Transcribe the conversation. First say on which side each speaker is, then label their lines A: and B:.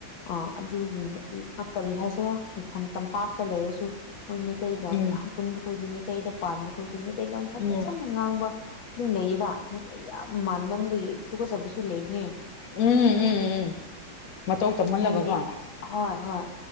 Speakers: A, on the left; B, on the left.
A: ꯑꯥ ꯑꯗꯨꯒꯨꯝꯕ ꯑꯥ ꯀꯔꯤ ꯍꯥꯏꯁꯤꯔꯥ ꯃꯐꯝ ꯇꯝꯄꯥꯛꯇ ꯂꯩꯔꯁꯨ ꯃꯣꯏ ꯃꯩꯇꯩꯒ
B: ꯎꯝ
A: ꯌꯥꯝ ꯄꯨꯟꯕ ꯈꯣꯏꯗꯤ ꯃꯩꯇꯩꯗ ꯄꯥꯟꯕ ꯈꯣꯏꯁꯨ ꯃꯩꯇꯩꯂꯣꯟ ꯐꯖꯅ
B: ꯎꯝ
A: ꯉꯥꯡꯕ ꯑꯗꯨꯝ ꯂꯩꯌꯦꯕ ꯃꯩꯇꯩ ꯌꯥꯝ ꯃꯥꯟꯃꯟꯕꯒꯤ ꯇꯨꯀꯠꯆꯕꯁꯨ ꯂꯩꯕꯅꯦ
B: ꯎꯝ ꯎꯝ ꯎꯝ ꯎꯝ ꯃꯇꯧ ꯇꯝꯍꯜꯂꯒꯀꯣ
A: ꯍꯥꯏꯕꯗꯤ ꯍꯣꯏ ꯍꯣꯏ